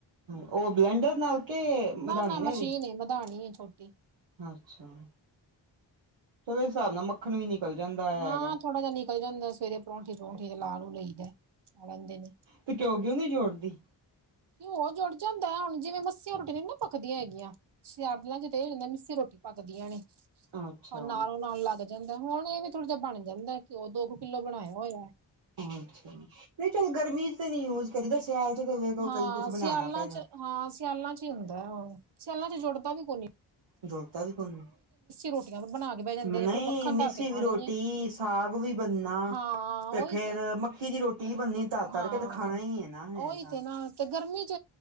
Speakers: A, on the right; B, on the right.
A: ਉਹ ਬਲੈਂਡਰ ਨਾਲ ਕੇ
B: ਨਾ
A: ਮਧਾਣੀ
B: -ਨਾ ਮਸ਼ੀਨ
A: ਨਾਲ
B: ਨੀ, ਮਧਾਣੀ ਏ ਛੋਟੀ
A: ਅੱਛਾ! ਚਲੋ ਇਹ ਹਿਸਾਬ ਨਾਲ ਮ ਮੱਖਣ ਵੀ ਨਿਕਲ ਜਾਂਦਾ। ਹੈਗਾ
B: ਹਾਂ ਥੋੜਾ ਜਿਹਾ ਨਿਕਲ ਜਾਂਦਾ, ਸਵੇਰੇ ਪਰੌਂਠੀ -ਪਰੌਂਠੀ ਤੇ ਲਾ ਲੂ ਲਈਦਾ, ਖਾ ਲੈਂਦੇ ਨੇ।
A: ਤੇ ਘਿਉ ਘੀਉ ਨਹੀਂ ਜੋੜਦੀ?
B: ਘਿਉ ਜੁੜ ਜਾਂਦਾ ਐ, ਹੁਣ ਜਿਵੇਂ ਮਿੱਸੀਆਂ ਰੋਟੀ ਨੀ ਨਾ ਪੱਕਦੀਆਂ ਹੈਗੀਆਂ। ਸਰਦੀਆਂ ਚ ਤੇ ਏ ਹੁੰਦਾ ਮਿੱਸੀ ਰੋਟੀ ਪਕਦੀਆਂ ਨੇ।
A: ਅੱਛਾ
B: ਹਾਂ ਨਾਲੋਂ ਨਾਲ ਲੱਗ ਜਾਂਦਾ, ਹੁਣ ਇਹ ਵੀ ਥੋੜਾ ਜਿਹਾ ਬਣ ਜਾਂਦਾ ਘਿਉ, ਦੋ ਕੁ ਕਿੱਲੋ ਬਣਾਇਆ ਹੋਇਆ।
A: ਅੱਛਾ! ਨਹੀਂ ਚੱਲ ਗਰਮੀ ਚ ਤਾਂ ਨੀ ਯੂਜ ਕਰੀਦਾ, ਸਿਆਲ ਚ ਵੇਖ
B: ਹਾਂ
A: ਕਈ ਕੁਛ ਬਣਾਣਾ
B: ਸਿਆਲਾਂ
A: ਪੈਂਦਾ।
B: ਚ ਹਾਂ ਸਿਆਲਾਂ ਚ ਹੀ ਹੁੰਦਾ ਏ, ਸਿਆਲਾਂ ਚ ਜੁੜਦਾ ਵੀ ਕੋ ਨੀਂ
A: ਜੁੜਦਾ ਵੀ ਕੋਈ,
B: ਰੋਟੀਆਂ ਬਣਾ ਕੇ ਬਹਿ ਜਾਂਦੇ
A: ਨਹੀਂ
B: ਨੇ ਫਿਰ ਮੱਖਣ
A: ਮਿੱਸੀ
B: ਧਰ ਕੇ ਖਾਣੀ
A: ਵੀ ਰੋਟੀ
B: ਹੈ
A: ਸਾਗ ਵੀ ਬਣਨਾ
B: ਹਾਂ
A: ਤੇ
B: ਉਹੀ
A: ਫੇਰ ਮੱਕੀ ਦੀ ਰੋਟੀ ਵੀ ਬਣਨੀ। ਤਾਂ ਕਰ
B: ਹਾਂ
A: ਕੇ ਤੇ ਖਾਣਾ ਇਨ੍ਹਾਂ ਨਾ ਹੈਗਾ।
B: ਉਹੀ ਤੇ ਨਾ ਤੇ ਗਰਮੀ ਚ